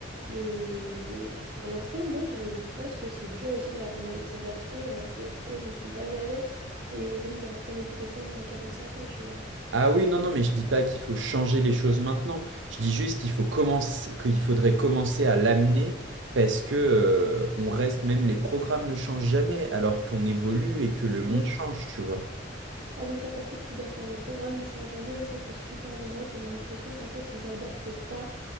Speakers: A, on the right; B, on the right.
A: Mais pour l'instant, moi, je, je pense que c'est dur aussi de leur demander de s'adapter alors que eux ne sont pas nés avec et ont eu leur premier téléphone à 45 ans, tu vois.
B: Ah oui, non, non, mais je dis pas qu'il faut changer les choses maintenant. Je dis juste qu'il faut commencer, qu'il faudrait commencer à l'amener parce que, euh, on reste, même les programmes ne changent jamais alors qu'on évolue et que le monde
A: Oui.
B: change, tu vois.
A: Ah oui, ça par contre, je suis d'accord. Les programmes ne changent jamais et ça, c'est super dommage. On a l'impression qu'en fait, ils adaptent pas